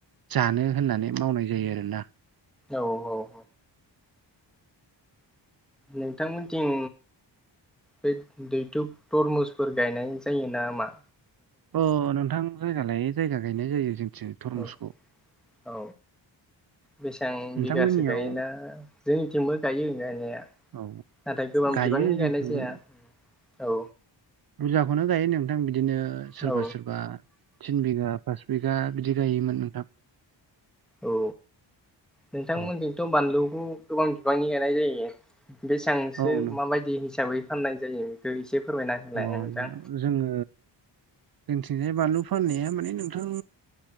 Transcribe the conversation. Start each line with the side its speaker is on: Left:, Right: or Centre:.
Right: जानो होननानै मावनाय जायो आरोना
Centre: औ औ नोंथांमोनथिं बे दैथ' तरमुसफोर गायनाय जायो ना मा?
Right: अ नोंथां जायगा लायै जायगा गायनाय जायो जोंथिं तरमुसखौ
Centre: औ औ बेसां
Right: नोंथांमोननियाव
Centre: बिगासो गायोना जोंनिथिंबो गायो गायनाया
Right: औ
Centre: नाथाय गोबां
Right: गायो
Centre: बिबांनि
Right: जोंथिंबो
Centre: गायनाय जाया औ
Right: बुजाखौनो गायो नोंथां बिदिनो सोरबा
Centre: औ
Right: सोरबा थिन बिघा पास बिगा बिदि गायोमोन नोंथां
Centre: औ नोंथांमोनजोंथ'
Right: औ
Centre: बानलुखौ गोबां बिबांनि गानाय जायो बेसांसो
Right: औ नों
Centre: माबायदि हिसाबै फाननाय जायो बेखौ एसे फोरमायना होलाय
Right: अ
Centre: नोंथां
Right: जोङो जोंथिजाय बानलु फाननाया माने नोंथां